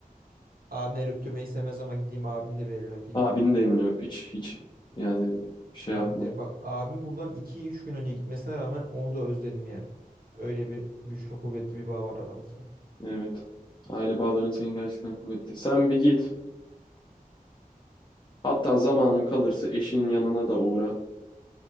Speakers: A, on the right; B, on the left.
A: Abimler öptürmeyi sevmez ama gideyim abimin de bir elini öpeyim.
B: Abini de elini öp. Hiç, hiç yani şey
A: Abim
B: yapma.
A: de bak abim buradan iki üç gün önce gitmesine rağmen onu da özledim yani. Öyle bir güçlü kuvvetli bir bağ var aramızda.
B: Evet. Aile bağların senin gerçekten kuvvetli. Sen bir git. Hatta zamanın kalırsa eşinin yanına da uğra.